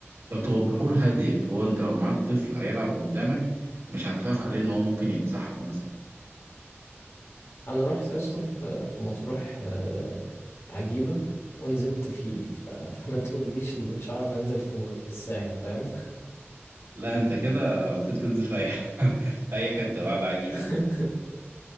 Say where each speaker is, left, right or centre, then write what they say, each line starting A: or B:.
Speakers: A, on the right; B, on the left.
A: فبتبقى بحور هادية اللي هو أنت لو معاك طفل هيلعب قدامك مش هتخاف عليه إن هو ممكن يتسحب مثلا
B: انا رحت يا اسطى في في مطروح آه، عجيبة ونزلت فيه ف... <laughs> فما تقوليش ان مش هعرف انزل في في الساحل فاهم
A: لا أنت كده ممكن تنزل في أي <laughs> في أي حتة بعد عجيبة
B: <laughs>
A: دي